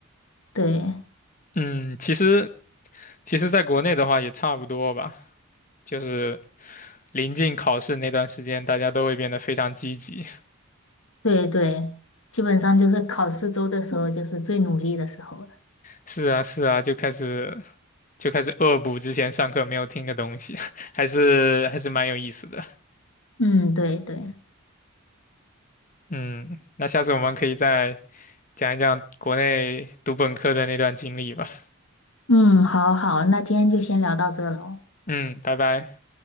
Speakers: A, on the left; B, on the left.
A: 对
B: <laughs> 嗯，其实其实在国内的话也差不多吧，就是临近考试那段时间，大家都会变得非常积极。
A: 对对，基本上就是考试周的时候，就是最努力的时候了。
B: 是啊，是啊，就开始就开始恶补之前上课没有听的东西，<laughs> 还是还是蛮有意思的。
A: 嗯，对对，
B: 嗯，那下次我们可以再讲一讲国内读本科的那段经历吧。
A: 嗯，好好，那今天就先聊到这喽，
B: 嗯，拜拜。